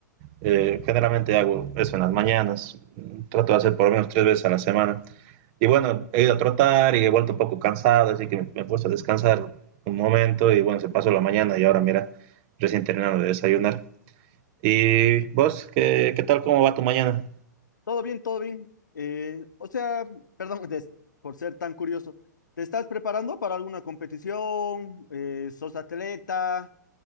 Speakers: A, on the right; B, on the left.
A: Eh, generalmente hago eso en las mañanas. Mm, Trato de hacer por lo menos tres veces a la semana. Y bueno, he ido a trotar y he vuelto un poco cansado, así que me, me he puesto a descansar un momento y bueno, se pasó la mañana y ahora mira, recién terminando de desayunar. ¿Y vos, qué, qué tal? ¿Cómo va tu mañana?
B: Todo bien, todo bien. Eh, o sea, <laughs> perdón des- por ser tan curioso. ¿Te estás preparando para alguna competición? Eh, ¿sos atleta?